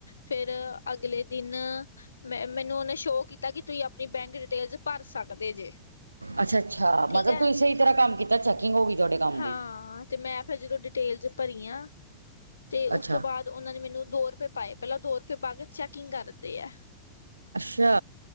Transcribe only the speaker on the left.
ਫੇਰ ਅਗਲੇ ਦਿਨ ਮੈਂ ਮੈਨੂੰ ਓਨੇ ਸ਼ੋਅ ਕੀਤਾ ਕਿ ਤੁਸੀਂ ਆਪਣੀ ਬੈਂਕ ਡਿਟੇਲਸ ਪਾਰ ਸਕਦੇ ਜੇ
ਠੀਕ
ਹੈ
ਹਾਂ
ਤੇ ਮੈਂ ਫਿਰ ਜਦੋਂ ਡਿਟੇਲਸ ਪਰੀਆ, ਤੇ
ਉਸ ਤੋਂ ਬਾਦ ਓਨਾਂ ਨੇ ਮੈਨੂੰ ਦੋ ਰੁਪਏ ਪਾਏ। ਪੈਲਾਂ ਦੋ ਰੁਪਏ ਪਾਕੇ ਚੈਕਿੰਗ ਕਰਦੇ ਆ।